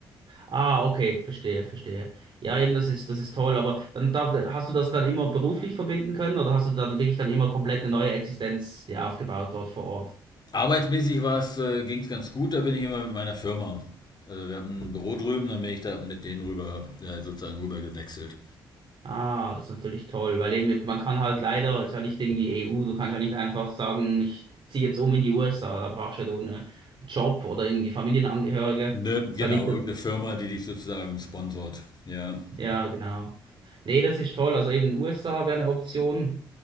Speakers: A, on the right; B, on the left.
A: Ah, okay. Verstehe, verstehe. Ja, eben, das ist, das ist toll. Aber dann darf, hast du das dann immer beruflich verbinden können oder hast du da wirklich dann immer komplett eine neue Existenz dir aufgebaut dort vor Ort?
B: Arbeitsmäßig war's, äh, ging es ganz gut, da bin ich immer mit meiner Firma. Also wir haben ein Büro drüben, dann bin ich da mit denen rüber, äh, sozusagen rüber gewechselt.
A: Ah, das ist natürlich toll, weil eben man kann halt leider, es ist ja nicht gegen die EU, du kannst ja nicht einfach sagen, ich ziehe jetzt um in die USA, da brauchst ja du einen Job oder irgendwie Familienangehörige.
B: Ne,
A: Das
B: genau,
A: ist ja nicht, so-
B: irgendeine Firma, die dich sozusagen sponsort. Ja.
A: ja, genau. Nee, das ist toll, also eben USA wäre eine Option.